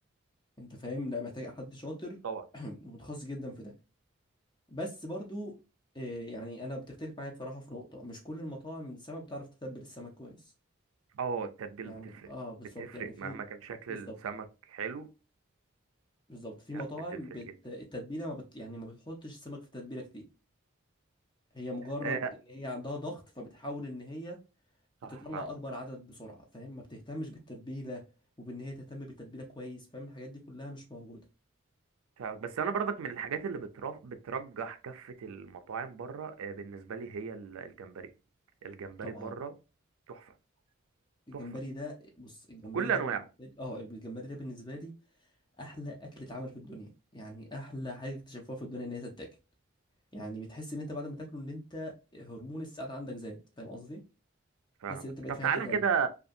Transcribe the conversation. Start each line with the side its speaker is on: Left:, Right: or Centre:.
Left: انت فاهم لا محتاجه حد شاطر
Right: طبعا
Left: <clears throat> ومتخصص جدا في ده بس برضو آه، يعني انا بتختلف معايا بصراحه في نقطه مش كل المطاعم السمك بتعرف تتبل السمك كويس
Right: اه التتبيل
Left: يعني
Right: بتفرق
Left: اه بالظبط
Right: بتفرق
Left: يعني في
Right: مهما كان شكل
Left: بالظبط
Right: السمك حلو
Left: بالظبط في
Right: لا
Left: مطاعم
Right: بتفرق
Left: بت...
Right: جدا
Left: التتبيله ما بت... يعني ما بتحطش السمك في تتبيله كتير هي مجرد
Right: آه
Left: ان هي عندها ضغط فبتحاول ان هي
Right: صح
Left: تطلع
Right: فاهمك
Left: اكبر عدد بسرعه فاهم ما بتهتمش بالتتبيله وبان هي تهتم بالتتبيله كويس فاهم الحاجات دي كلها مش موجوده
Right: فاهمك. بس انا برضك من الحاجات اللي بترف... بترجح كفة المطاعم بره آه بالنسبة لي هي ال- الجمبري الجمبري
Left: طبعا
Right: بره تحفة
Left: الجمبري
Right: تحفة
Left: ده بص الجمبري
Right: بكل
Left: ده
Right: انواعه
Left: بالنسبه لي اه الجمبري ده بالنسبه لي احلى اكل اتعمل في الدنيا يعني احلى حاجه اكتشفوها في الدنيا ان هي تتاكل يعني بتحس ان انت بعد ما تاكله ان انت هرمون السعاده عندك زاد فاهم قصدي
Right: فاهمك
Left: تحس ان انت بقيت
Right: طب
Left: في
Right: تعالى
Left: حته تانية
Right: كده